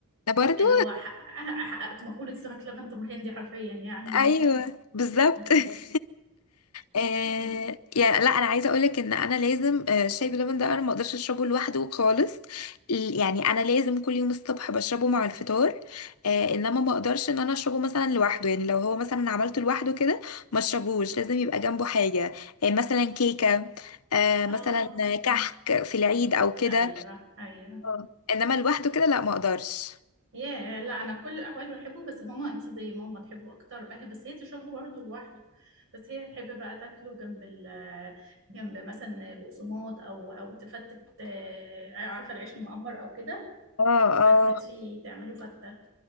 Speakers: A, on the left; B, on the right.
A: ده برضو
B: اللي هو حقق- حققت مقولة سمك لبن تمر هندي حرفيا يعني
A: ايوه بالظبط
B: <laughs>
A: <laughs> آه
B: ايوه
A: يعني لا انا عايزه اقولك ان انا لازم آه، الشاي بلبن ده انا ما اقدرش اشربه لوحده خالص ال- يعني انا لازم كل يوم الصبح بشربه مع الفطار آه انما ما اقدرش ان انا اشربه مثلا لوحده يعني لو هو مثلا عملته لوحده كده ما اشربوش لازم يبقى جنبه حاجه آه مثلا كيكه آه
B: اه
A: مثلا كحك في العيد او كده
B: ايوه ايوه
A: اه انما لوحده كده لا ما اقدرش
B: ياه لا انا في كل الاحوال بحبه بس ماما انت زي ماما تحبه اكتر بقى بس هي تشربه برضه لوحده بس هي تحب بقى تاكله جنب ال جنب مثلا بقسماط او او تفتت آه، عارفه العيش المقمر او كده
A: اه
B: تفتت
A: آه.
B: فيه تعمله فته